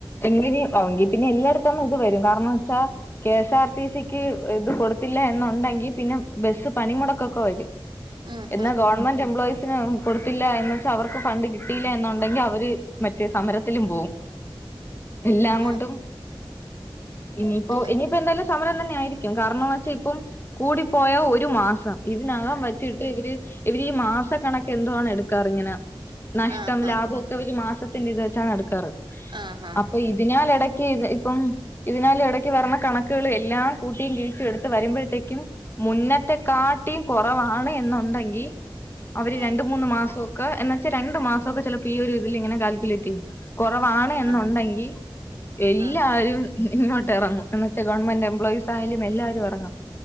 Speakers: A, on the left; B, on the right.
A: എങ്ങനെ ആങ്കിൽ പിന്നെ എല്ലായിടത്തൊന്നും ഇത് വരും കാരണംന്ന് വെച്ചാ കെ എസ് ആർ ടി സിക്ക് ഇത് കൊടുത്തില്ല എന്നുണ്ടെങ്കിൽ പിന്നെ ബസ്സ് പണിമുടക്കൊക്കെ വരും
B: ഉം
A: എന്ന
B: ഉം
A: ഗവൺമെന്റ് എംപ്ലോയീസ് കൊടുത്തില്ല എന്ന് വെച്ച അവർക്ക് ഫണ്ട് കിട്ടിയില്ല എന്നുണ്ടെങ്കിൽ അവര് മറ്റേ സമരത്തിലും പോവും എല്ലാം
B: ഉം
A: കൊണ്ടും ഇനിയിപ്പോ
B: ഉം
A: ഇനിയിപ്പോ എന്താലും സമരം തന്നെ ആയിരിക്കും കാരണംന്ന് വെച്ചാൽ ഇപ്പം കൂടിപ്പോയ ഒരു മാസം ഇത്നഖം വച്ചിട്ട് ഇവര് ഇവര് ഈ മാസ കണക്ക് എന്തുവാണ് എടുക്കാറ് ഇങ്ങനെ നഷ്ടം
B: ആഹ് ആഹ്
A: ലാഭമൊക്കെ ഒരു മാസ ത്തിന്റെ ഇത് വെച്ചാണ് എടുക്കാറ്
B: ആഹ്
A: അപ്പൊ ഇതിനാൽ ഇട ഇപ്പം ഇതിനാൽ ഇടക്ക് വരണ കണക്കുകൾ എല്ലാം കൂട്ടിയും കീഴിച്ചും എടുത്ത് വരുമ്പോഴത്തേക്കും മുന്നത്തെക്കാട്ടിയും കുറവാണ് എന്നുണ്ടെങ്കിൽ അവര്
B: ആഹ്
A: രണ്ട് മൂന്ന് മാസം ക്കെ എന്ന വെച്ചാ രണ്ടണ്ട് മാസമ ഒക്കെ ചിലപ്പോ ഈ ഒരു ഇതിൽ ഇങ്ങനെ കാൽക്കുലേറ്റ് ചെയ്യും കുറവാണ് എന്നുണ്ടെങ്കിൽ
B: ആഹ്
A: എല്ലാരും
B: ആഹ്
A: ഇങ്ങട്ട് ഇറങ്ങും എന്ന് വച്ചാ ഗവൺമെന്റ് എംപ്ലോയിസ് ആയാലും എല്ലാരും ഇറങ്ങും